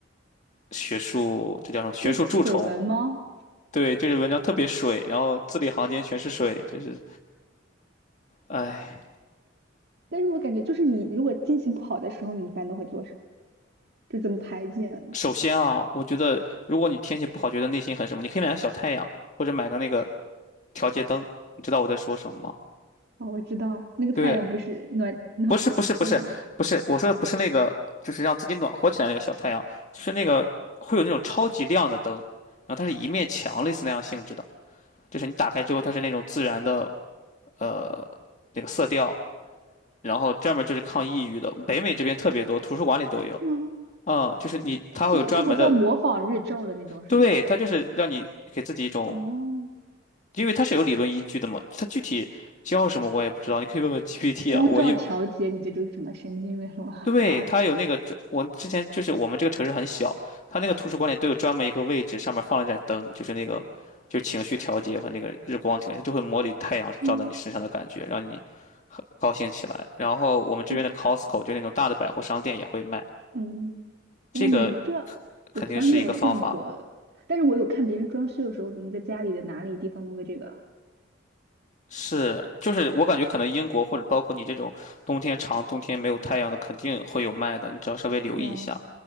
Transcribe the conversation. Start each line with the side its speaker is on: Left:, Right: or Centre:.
Left: 学术，这叫什么？学术蛀虫。
Right: 这是水文吗？
Left: 对，就是文章特别水，然后字里行间全是水，就是，唉。
Right: 但是我感觉就是你如果心情不好的时候，你一般都会做什么？就怎么排解呢？
Left: 首先啊，我觉得如果你天气不好，觉得内心很什么，你可以买个小太阳，或者买个那个调节灯。你知道我在说什么吗？
Right: 哦，我知道，那个太阳不是暖暖叫什么？
Left: 对，不是不是不是不是，我说的不是那个，就是让自己暖和起来那个小太阳，就是那个会有那种超级亮的灯，然后它是一面墙类似那样性质的，就是你打开之后，它是那种自然的呃那个色调，然后专门就是抗抑郁的，北美这边特别多，图书馆里都有。
Right: 是吗？
Left: 嗯，就是你，它会有专门的，
Right: 这就这不叫模仿日照的那种是吗？
Left: 对，它就是让你给自己一种，
Right: 哦，
Left: 因为它是有理论依据的嘛，它具体教什么我也不知道，你可以问问 GPT
Right: 光照调节你这就是什么神经的是吗？
Left: 啊。我一，对，
Right: <laughs> 是吗？
Left: 它有那个专我之前就是我们这个城市很小，它那个图书馆里都有专门一个位置，上面放了一盏灯，就是那个就是情绪调节和那个日光调节，它就会模拟太阳照在你身上的感觉，
Right: 是吗？
Left: 让你高兴起来。然后我们这边的
Right: 是。
Left: Costco 就那种大的百货商店也会卖。
Right: 嗯，
Left: 这个
Right: 哇，你这我从来没有见过，
Left: 肯定是一个方法。
Right: 但是我有看别人装修的时候，可能在家里的哪里地方弄个这个。
Left: 是，就是我感觉可能英国或者包括你这种冬天长、冬天没有太阳的，肯定会有卖的，你只要稍微留意一下。
Right: 哇，